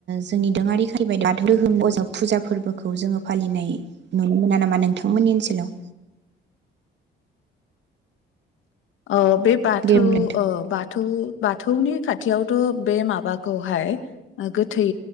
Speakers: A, on the right; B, on the left.
A: जोंनि दोङारि खान्थि बायदि बाथौ दोहोम फुजा फोरबोखौ जोङो फालिनाय नुनो मोना नामा नोंथांमोननि ओनसोलाव।
B: ओ बे बाथौ
A: दे बुं नोंथां
B: बाथौ। बाथौ बाथौनि खाथियावथ' बे माबाखौहाय गोथै